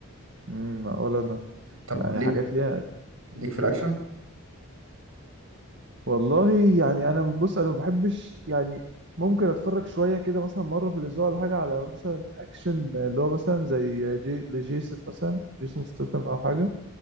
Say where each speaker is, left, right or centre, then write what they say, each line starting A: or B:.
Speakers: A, on the right; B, on the right.
A: امم ولا انا
B: طب
A: يعني
B: ليك
A: حاجات ليها
B: ليك في الاكشن
A: والله يعني انا بص انا ما بحبش يعني ممكن اتفرج شويه كده مثلا مره في الاسبوع ولا حاجه على مثلا اكشن اللي هو مثلا زي جي لجيسون مثلا جيسون ستاثام او حاجه